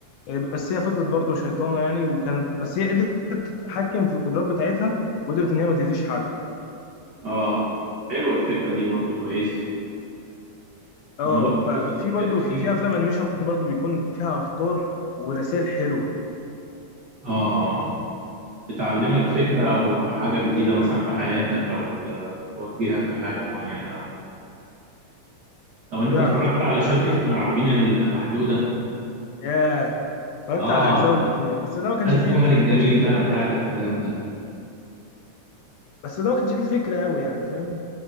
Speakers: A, on the left (about 75°); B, on the right (about 85°).
A: آه، بس هي فضلت برضه شيطانه يعني وكانت بس هي قدرت تتحكم في القدرات بتاعتها وقدرت ان هي ما تاذيش حد
B: اه حلوة الفكرة دي برضه كويس
A: اه
B: انا برضه
A: ففي
B: تفتكر
A: برضه
B: في
A: في افلام انيميشن برضه بيكون فيها افكار ورسائل حلوه
B: اه بتعلمك فكرة او حاجة جديدة مثلا في حياتك او ت- توجهك لحاجة معينة او كده طب انت
A: فعلا
B: اتفرجت على شركة
A: أ- أ-
B: المراقبين المحدودة
A: ياه اتفرجت
B: اه
A: على اجزاء الاثنين بس ده ما كانش
B: ده الزمن
A: فيه
B: الجميل
A: كانش فيه فكره
B: بقى بتاع
A: يعني
B: الافلام ده
A: بس ده ما كانش فيه فكره قوي يعني فاهم